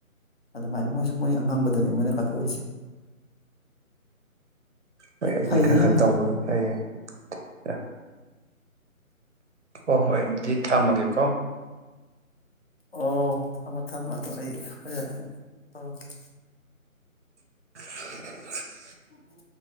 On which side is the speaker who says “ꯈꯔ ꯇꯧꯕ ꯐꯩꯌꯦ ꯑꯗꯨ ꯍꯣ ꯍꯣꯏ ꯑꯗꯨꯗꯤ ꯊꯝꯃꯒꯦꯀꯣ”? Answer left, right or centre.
Right